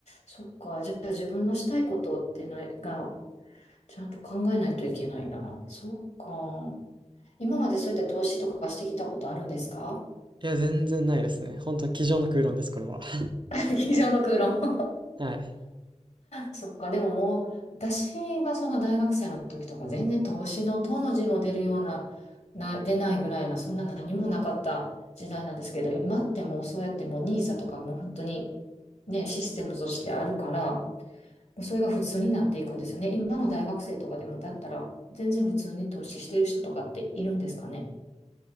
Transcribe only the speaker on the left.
そっか。じゃあ、自分のしたいことってないが、ちゃんと考えないといけないな。そうか。今までそうやって投資とかしてきたことあるんですか
<laughs> 机上の空論 <laughs>
そっか、でももう、私がその大学生の時とか全然投資のとの字も出るような、な、出ないぐらいな、そんな何もなかった時代なんですけど、今ってもうそうやってもうニーサとかも本当にね、システムとしてあるから、もうそれが普通になっていくんですよね。今の大学生とかでもだったら、全然普通に投資してる人とかっているんですかね。